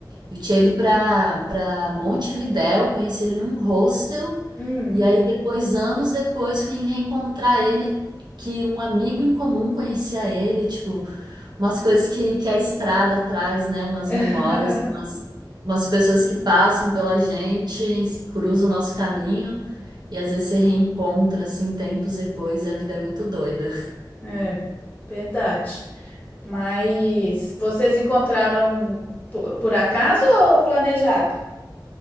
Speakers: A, on the right; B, on the left.
A: Eu tinha ido pra, pra Montevidéu, conheci ele num hostel,
B: Hum.
A: e aí depois, anos depois, fui reencontrar ele, que um amigo em comum conhecia ele, tipo, umas coisas que, que a estrada traz, né? Umas
B: <laughs>
A: memórias, umas, umas pessoas que passam pela gente, cruzam o nosso caminho, e às vezes se reencontra, assim, tempos depois, e a vida é muito doida.
B: É, verdade. Mas vocês encontraram po- por, acaso ou planejado?